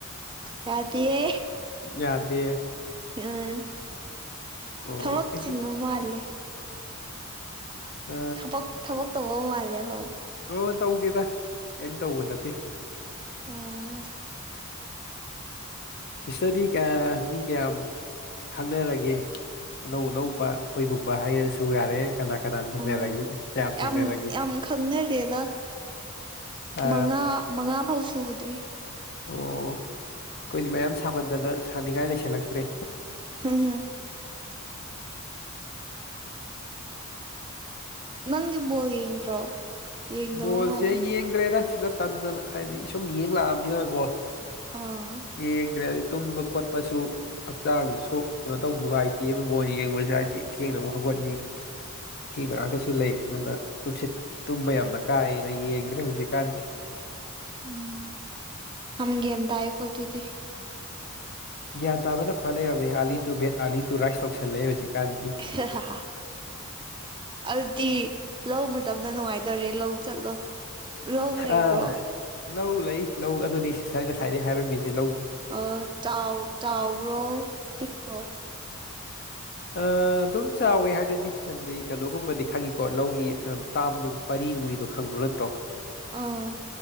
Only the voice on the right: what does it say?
ꯌꯥꯗꯤꯌꯦ
<unintelligible>
ꯊꯕꯛ
ꯆꯤꯟꯕ ꯃꯥꯜꯂꯦ
ꯊꯕꯛ ꯊꯕꯛ ꯇꯧꯕ ꯃꯥꯜꯂꯦ ꯍꯣꯏ
ꯑꯣ
ꯎꯝ
ꯌꯥꯝ
ꯌꯥꯝ ꯈꯪꯅꯔꯦꯗ
ꯃꯉꯥ ꯃꯉꯥꯐꯧ ꯁꯨꯗ꯭ꯔꯤ
<unintelligible> ꯅꯪꯗꯤ ꯕꯣꯜ ꯌꯦꯡꯗ꯭ꯔꯣ ꯌꯦꯡꯗꯕ
ꯃꯥꯜꯂꯦ
ꯑꯥ
ꯎꯝ ꯌꯥꯝ ꯒ꯭ꯌꯥꯟ ꯇꯥꯏꯀꯣ ꯑꯗꯨꯗꯤ
<unintelligible> ꯑꯗꯨꯗꯤ ꯂꯧ ꯃꯇꯝꯗ ꯅꯨꯡꯉꯥꯏꯗꯣꯔꯦ ꯂꯧ ꯆꯠꯂꯣ ꯂꯧ ꯂꯩꯕ꯭ꯔꯣ
ꯑꯣ ꯆꯥꯎ ꯆꯥꯎꯕ꯭ꯔꯣ ꯄꯤꯛꯄ꯭ꯔꯣ
ꯑꯥ